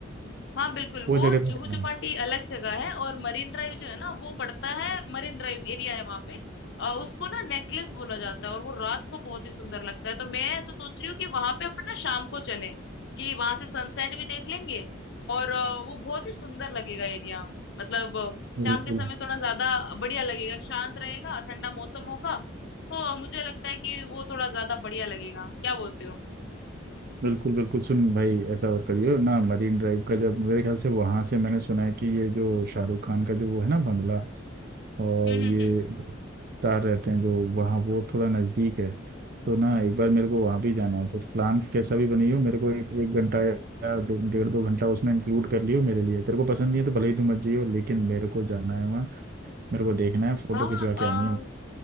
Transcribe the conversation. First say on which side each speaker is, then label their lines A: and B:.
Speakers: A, on the left; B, on the right.
A: हाँ बिल्कुल
B: वो
A: वो
B: जगह पे
A: जुहू
B: रहना
A: चौपाटी
B: है
A: अलग जगह है और मरीन ड्राइव जो है ना वो पड़ता है मरीन ड्राइव एरिया है वहां पे अ, उसको ना नेकलेस बोला जाता है और वो रात को बहुत ही सुंदर लगता है तो मैं ऐसा सोच रही हूँ कि वहां पे अपन ना शाम को चलें कि वहां से सनसेट भी देख लेंगे और अ, वो बहुत ही सुंदर लगेगा एरिया मतलब अ,
B: बिल्कुल
A: शाम के समय थोड़ा ज्यादा बढ़िया लगेगा शांत रहेगा ठंडा मौसम होगा तो मुझे लगता है कि वो थोड़ा ज्यादा बढ़िया लगेगा क्या बोलते हो
B: बिल्कुल बिल्कुल सुन भाई ऐसा और करियो ना मरीन ड्राइव का जब मेरे ख्याल से वहां से मैंने सुना है कि ये जो शाहरुख खान का जो वो है ना बंगला और
A: हम्म हम्म
B: ये
A: हम्म
B: भट्टार रहते हैं जो वहाँ वो थोड़ा नजदीक है तो ना एक बार मेरे को वहां भी जाना है तो प्लान कैसा भी बनी हो मेरे को एक एक घंटा या दो डेढ़ दो घंटा उसमें इंक्लूड कर लियो मेरे लिए तेरे को पसंद नहीं है तो भले ही तू मत जियो लेकिन मेरे को जाना है वहाँ मेरे को देखना है फोटो
A: हाँ
B: खिंचवा के आनी है